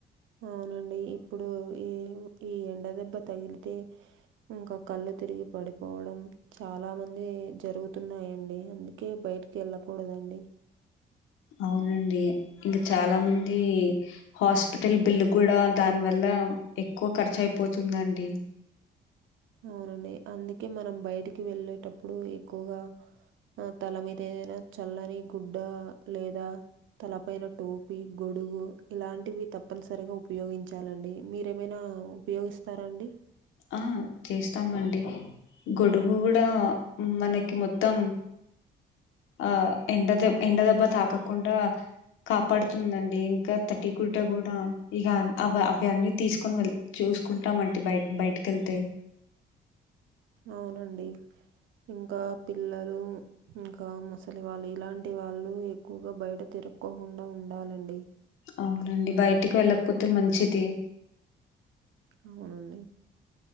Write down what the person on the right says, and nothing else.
అవునండి ఇప్పుడు ఏం ఈ ఎండ దెబ్బ తగిలితే ఇంక కళ్ళు తిరిగి పడిపోవడం చాలా మంది జరుగుతున్నాయంండి అందుకే బయటికి ఎళ్ళకూడదండి
అవునండి అందుకే మనం బయటికి వెళ్ళేటప్పుడు ఎక్కువగా ఆ తల మీద ఏదైనా చల్లని గుడ్డ లేదా తలపైన టోపి గొడుగు ఇలాంటివి తప్పనిసరిగా ఉపయోగించాలండి మీరేమైనా ఉపాయోగిస్తారండి
అవునండి ఇంకా పిల్లలు ఇంకా ముసలివాళ్ళు ఇలాంటి వాళ్ళు ఎక్కువగా బయట తిరక్కోకుండా ఉండాలండి
అవునండి